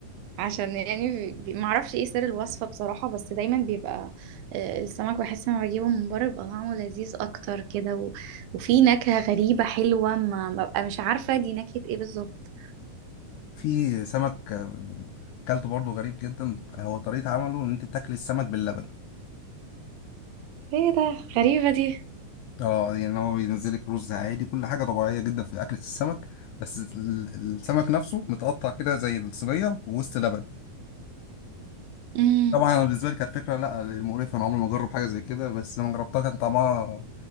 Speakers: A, on the right; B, on the left.
A: عشان يعني بي- ما اعرفش ايه سر الوصفه بصراحه بس دايما بيبقى آه، السمك بحس لما بجيبه من بره بيبقى طعمه لذيذ اكتر كده و... وفي نكهه غريبه حلوه ما ما ببقى مش عارفه دي نكهه ايه بالظبط
B: في سمك آه، اكلته برضه غريب جدا هو طريقة عمله ان انت بتاكل السمك باللبن
A: ايه ده غريبه دي
B: اه يعني هو بينزلك رز عادي كل حاجة طبيعية جدا في اكلة السمك بس ال- السمك نفسه متقطع كده زي الصينية ووسط لبن
A: امم
B: طبعا انا بالنسبة لي كانت فكرة لا مقرفة انا عمري ما اجرب حاجة زي كده بس لما جربتها كان طعمها